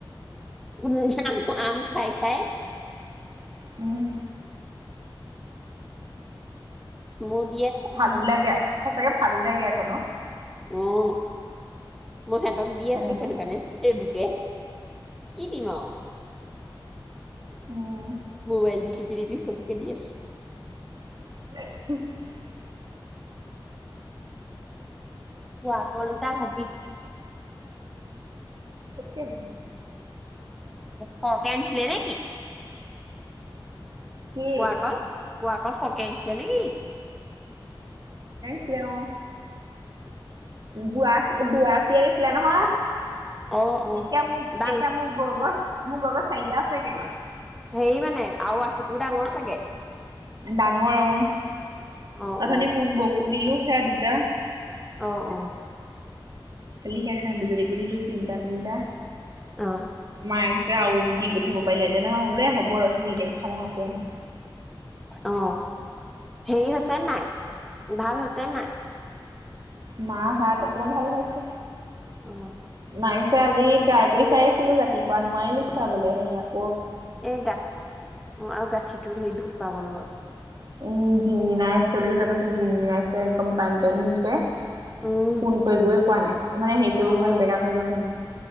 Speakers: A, in the centre; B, on the right.
A: উন্ <unintelligible> আম খাই খাই
B: উম
A: মোড
B: ভালো লাগে সঁচাকে ভালো লাগে আকো নো
A: উম মই সিহঁতক দি
B: তেনেকে
A: আছো সেইটো কাৰণে সেই বুকে কি দিম আও
B: উম।
A: মোবাইলটো যি টি সেইবোৰকে দি আছো
B: <inaudible>
A: কোৱা কলটা ভাবি
B: তাকে
A: হকে আনিছিলে নি
B: কি
A: কোৱা কল পোৱা কল স ছিল নেকি
B: অওঁ গোৱা দু আশী আনিছিলে নহয়
A: অ', অ'।
B: এতিয়া মোক
A: ডাঙ
B: এতিয়া মোক গগছ মোৰ লগৰ চাৰিটা আছেগে
A: হেৰি মানে আৰু আশিটোও ডাঙৰ চাগে
B: ডাঙৰ অ
A: অ',
B: অথনি
A: অ'।
B: মুন বৌকো দিলো সেয়া দু টা
A: অ অ
B: খালি সে হাঁ দুজনীকো দিলো তিনটা তিনটা
A: অ',
B: মায়ে আৱ দি পঠিয়াব পাৰিলো হেঁতেন আৱ বোলে হ'ব ৰচোন এইকেইটাকে খাই লওঁ আকৌ আহিম
A: অ হেৰি হৈছে নাই ভাল হৈছে নাই
B: মা হাত অকণমান ভাল হৈছে
A: অহ
B: মাক্সে আজি ট্ৰাই কৰি চাইছিলো ৰাতিপুৱা নোৱাৰিলো খিয়াবলে সেই ইয়াত
A: এই গাঠ অ আৰু গাঁঠিটোৰ সেই দুখ পাব নহয়
B: উম জিন জিনাইছে বুলি কৈছে কৈছে জিন জিনাইছে একদম টানি টানি ধৰিছে
A: উম,
B: ফোন কৰিবই পৰা নাই মানে হেৰি কৰিবই
A: অ'।
B: পৰা নাই বেকা কৰিবই পৰা নাই